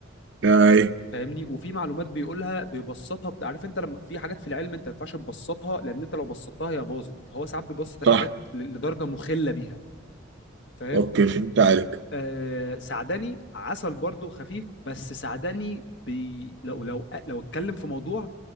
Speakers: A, on the right; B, on the left.
A: اي
B: فاهمني وفي معلومات بيقولها بيبسطها بت- عارف انت لما في حاجات في العلم انت ما ينفعش تبسطها لان انت لو بسطتها هي باظت هو ساعات بيبسط الحاجات
A: صح
B: ل- لدرجه مخله بيها فاهم
A: اوكي فهمت عليك
B: آه سعدني عسل برضه خفيف بس سعدني بي لو لو لو اتكلم في موضوع